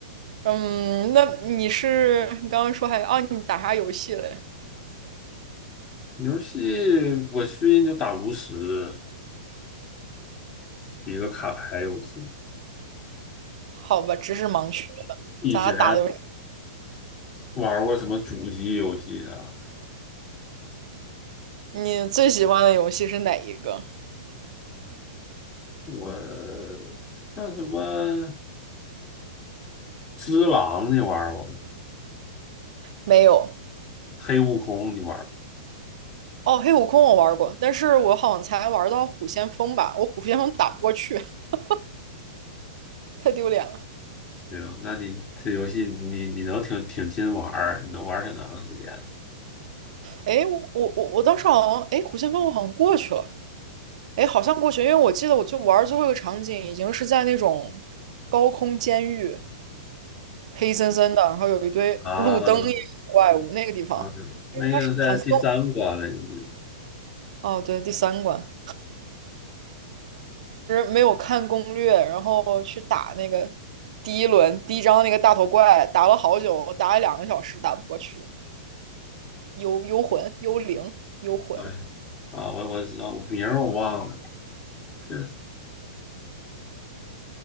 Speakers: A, on the right (about 60°); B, on the left (about 30°).
A: 嗯，那你是你刚刚说还哦，你打啥游戏嘞？
B: 游戏我最近就打炉石，一个卡牌游戏。
A: 好吧，知识盲区了，
B: 以前
A: 咱俩打的游戏，
B: 玩过什么主机游戏啥的？
A: 你最喜欢的游戏是哪一个？
B: 我像什么《只狼》你玩过吗
A: 没有。
B: 黑悟空》你玩过？
A: 哦，黑悟空我玩过，但是我好像才玩到虎先锋吧，我虎先锋打不过去，<laughs> 太丢脸了。
B: 行，那你这游戏你你能挺挺勤玩儿，你能玩儿挺长时间
A: 哎，我我我当时好像，哎，虎先锋我好像过去了，哎，好像过去，因为我记得我就玩最后一个场景已经是在那种高空监狱，黑森森的，然后有一堆路灯一样的怪物那个地方，
B: 啊啊！那个在第三关了，
A: 应该是盘丝。
B: 已经。
A: 哦，对，第三关没有看攻略，然后去打那个第一轮第一张那个大头怪，打了好久，打了两个小时打不过去。幽幽魂、幽灵、幽魂。
B: 哎呀啊，我我知道名儿我忘了，确实